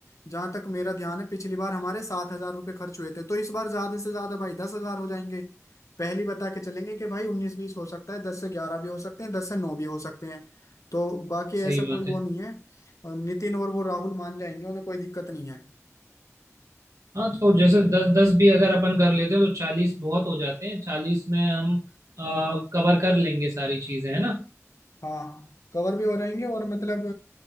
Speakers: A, on the left; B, on the right.
A: जहाँ तक मेरा ध्यान है पिछली बार हमारे सात हजार रुपये खर्च हुए थे तो इस बार ज्यादा से ज्यादा भाई दस हजार हो जाएंगे पहली बता के चलेंगे कि भाई उन्नीस बीस हो सकता है दस से ग्यारह भी हो सकते हैं दस से नौ भी हो सकते हैं तो बाकी ऐसा
B: सही बात
A: कोई वो
B: है
A: नहीं है और नितिन और वो राहुल मान जाएंगे उन्हें कोई दिक्कत नहीं है
B: हाँ तो जैसे दस दस भी अगर अपन कर लेते हैं तो चालीस बहुत हो जाते हैं चालीस में हम कवर कर लेंगे सारी चीजें है ना
A: हाँ कवर भी हो जाएंगे और मतलब